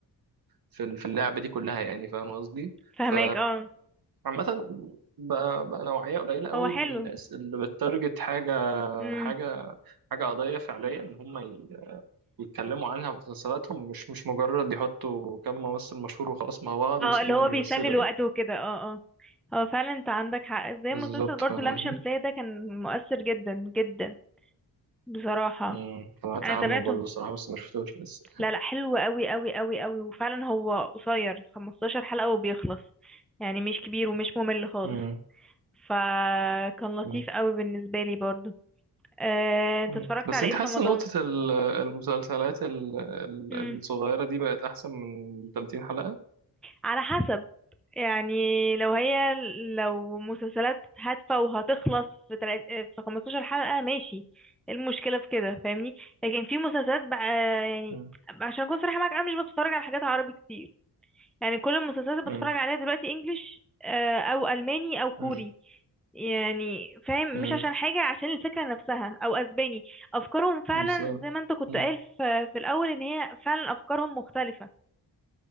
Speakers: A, on the right (about 60°); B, in the centre.
A: في ال- في اللعبة دي كلها يعني فاهم قصدي
B: فهماك
A: ف
B: اه
A: عامة بقى, بقى نوعية قليلة قوي
B: هو حلو
A: من الناس اللي بتارجت حاجة
B: امم
A: حاجة حاجة قضية فعليا إن هم ي- يتكلموا عنها في مسلسلاتهم مش مش مجرد يحطوا كم ممثل مشهور وخلاص مع بعض
B: اه
A: ويسيبوهم
B: اللي هو بيسلي
A: يمثلوا
B: الوقت
A: يعني
B: وكده اه اه هو فعلا انت عندك حق زي
A: بالظبط
B: مسلسل برضو
A: فاهم
B: لام
A: قصدي؟
B: شمسية ده كان مؤثر جدا جدا بصراحة
A: امم سمعت
B: انا
A: عنه
B: تابعته
A: برضه الصراحة بس ما شفتوش لسه
B: لا لا حلو قوي قوي قوي قوي وفعلا هو قصير 15 حلقة وبيخلص يعني مش كبير ومش ممل خالص
A: امم
B: فكان لطيف
A: أمم.
B: قوي بالنسبة لي برضو آه، انت
A: أمم.
B: اتفرجت
A: بس
B: على
A: انت
B: ايه في
A: حاسة
B: رمضان
A: نقطة ال- المسلسلات ال- ال-
B: مم.
A: الصغيرة دي بقت أحسن من 30 حلقة؟
B: على حسب يعني لو هي لو مسلسلات هادفة وهتخلص في تلات في 15 حلقة ماشي إيه المشكلة في كده فاهمني لكن في مسلسلات بقى يعني
A: امم
B: عشان اكون صريحة معاك انا مش بتفرج على حاجات عربي كتير يعني كل المسلسلات اللي
A: مم.
B: بتفرج عليها دلوقتي انجليش آه، او الماني او كوري
A: مم.
B: يعني فاهم
A: مم.
B: مش عشان حاجة عشان الفكرة نفسها او اسباني افكارهم فعلا
A: بالظبط
B: زي ما انت كنت
A: مم.
B: قايل في, في الاول ان هي فعلا افكارهم مختلفة